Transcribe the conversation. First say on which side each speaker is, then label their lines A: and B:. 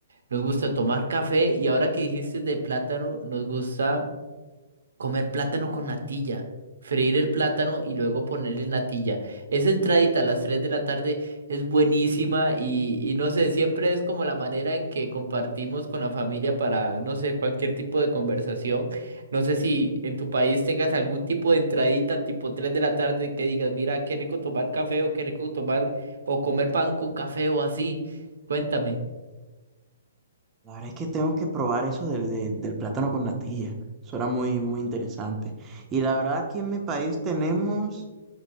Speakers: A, on the right (about 80°); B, on the right (about 20°).
A: Nos gusta tomar café y ahora que dijiste de plátano, nos gusta Comer plátano con natilla. Freír el plátano y luego ponerle natilla. Esa entradita a las 3 de la tarde es buenísima y, y no sé, siempre es como la manera en que compartimos con la familia para, no sé, cualquier tipo de conversación. No sé si en tu país tengas algún tipo de entradita tipo 3 de la tarde que digas, mira, qué rico tomar café o qué rico tomar o comer pan con café o así. Cuéntame.
B: La verdad es que tengo que probar eso del, de- del plátano con natilla. Suena muy, muy interesante. Y la verdad aquí en mi país tenemos